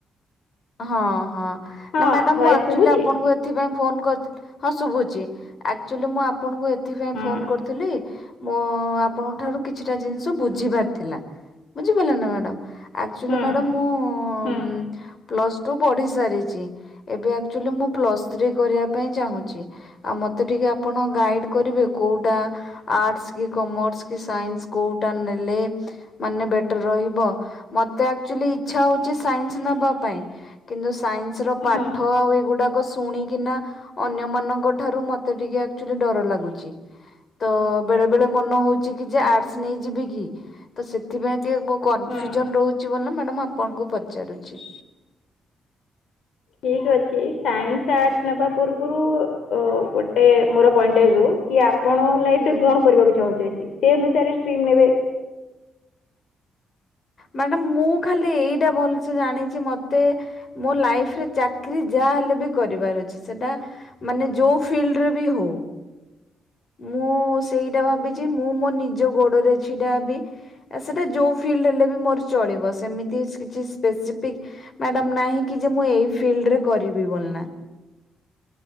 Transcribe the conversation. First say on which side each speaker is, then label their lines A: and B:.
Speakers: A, on the left; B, on the left.
A: ହଁ ହଁ
B: ହଁ
A: ନା ମ୍ୟାଡ଼ାମ୍
B: ଭଏସ
A: ମୁଁ ଆକ୍ଚୁଆଲି
B: ଶୁଭୁଛି?
A: ଆପଣଙ୍କୁ ଏତ୍ ଏଥି ପାଇଁ ଫୋନ୍ କର ହଁ ଶୁଭୁଚି। ଆକ୍ଚୁଲି ମୁଁ ଆପଣଙ୍କୁ ଏଥିପାଇଁ
B: ହୁଁ
A: ଫୋନ୍ କରିଥିଲି। ମୋ ଆପଣଙ୍କ ଠାରୁ କିଛିଟା ଜିନିଷ ବୁଝିବାର ଥିଲା। ବୁଝିପାରିଲେ ନା ମ୍ୟାଡ଼ାମ୍? ଆକ୍ଚୁଲି
B: ହୁଁ
A: ମ୍ୟାଡ଼ମ୍, ମୁଁ
B: ହୁଁ
A: ପ୍ଲସ୍ ଟୁ ପଢ଼ି ସାରିଚି। ଏବେ ଆକ୍ଚୁଆଲି ମୁଁ ପ୍ଲସ୍ ଥ୍ରୀ କରିବା ପାଇଁ ଚାହୁଁଚି। ଆଉ, ମତେ ଟିକେ ଆପଣ ଗାଇଡ୍ କରିବେ କୋଉଁଟା? ଆର୍ଟସ୍ କି କମର୍ସ୍ କି ସାଇନ୍ସ୍, କୋଉଁଟା ନେଲେ? ମାନେ ବେଟର ରହିବ ମତେ? ଆକ୍ଚୁଲି ଇଚ୍ଛା ହେଉଚି ସାଇନ୍ସ୍ ନେବା ପାଇଁ କିନ୍ତୁ ସାଇନ୍ସ ର ପାଠ
B: ହୁଁ
A: ଏଇଗୁଡ଼ାକ? ଶୁଣିକି ନା ଅନ୍ୟମଙ୍କଠାରୁ ମତେ ଟିକେ ଆକ୍ଚୁଲି ଡର ଲାଗୁଚି। ତ ବେଳେବେଳେ ମନ ହେଉଚି କି ଯେ ଆର୍ଟସ୍ ନେଇଯିବି କି? ତ ସେଥିପାଇଁ ଟିକେ ମୋ କନଫ୍ୟୁଜନ
B: ହୁଁ।
A: ରହୁଚି <unintelligible> ମ୍ୟାଡ଼ମ୍ ଆପଣଙ୍କୁ ପଚାରୁଛି।
B: ଠିକ୍ ଅଛି। ସାଇନ୍ସ୍ ଆର୍ଟସ୍ ନେବା ପୂର୍ବୁରୁ ଗୋଟେ ମୋର ପଏଣ୍ଟ <unintelligible> କି ଆପ୍ ପଣ ଲାଇଫ୍
A: ହୁଁ
B: ରେ କଣ କରିବାକୁ ଚାହୁଁଚନ୍ତି ସେ ଅନୁସାରେ ଷ୍ଟ୍ରିମ୍ ନେବେ।
A: ମ୍ୟାଡାମ ମୁଁ ଖାଲି ଏଇଟା ଭଲସେ ଜାଣିଛି ମତେ ମୋ ଲାଇଫ ରେ ଚାକିରୀ ଯାହାହଲେ ବି କରିବାର ଅଛି ସେଟା ମାନେ ଯୋଉ ଫିଲ୍ଡ ରେ ବି ହଉ। ମୁଁ ସେଇଟା ଭାବିଛି ମୁଁ ମୋ ନିଜ ଗୋଡରେ ଛିଡା ହେବି। ସେଇଟା ଯେଉଁ ଫିଲ୍ଡ ହେଲେ ବି ମୋର ଚଳିବ ସେମିତି କିଛି ସ୍ପେସିଫିକ୍ ମ୍ୟାଡାମ ନାହିଁ କି ଯେ ମୁଁ ଏଇ ଫିଲ୍ଡରେ କରିବି ବୋଲି ନା।